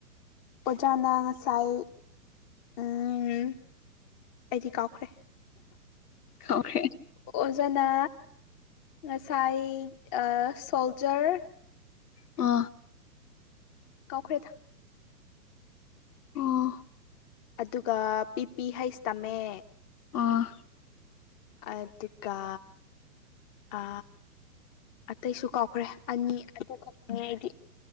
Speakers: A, on the left; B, on the left.
A: ꯑꯣꯖꯥꯅ ꯉꯁꯥꯏ ꯎꯝ ꯑꯩꯗꯤ ꯀꯥꯎꯈ꯭ꯔꯦ꯫
B: ꯀꯥꯎꯈ꯭ꯔꯦ꯫
A: ꯑꯣꯖꯥꯅ ꯉꯁꯥꯏ ꯑ ꯁꯣꯜꯖꯔ
B: ꯑ꯫
A: ꯀꯥꯎꯈ꯭ꯔꯦꯗ꯫
B: ꯑꯣ
A: ꯑꯗꯨꯒ ꯄꯤ ꯄꯤ ꯍꯩꯁ ꯇꯝꯃꯦ꯫
B: ꯑꯥ꯫
A: ꯑꯗꯨꯒ ꯑ ꯑꯇꯩꯁꯨ ꯀꯥꯎꯈ꯭ꯔꯦ꯫ ꯑꯅꯤ ꯑꯗꯨ ꯈꯛ ꯈꯪꯉꯦ ꯑꯩꯗꯤ꯫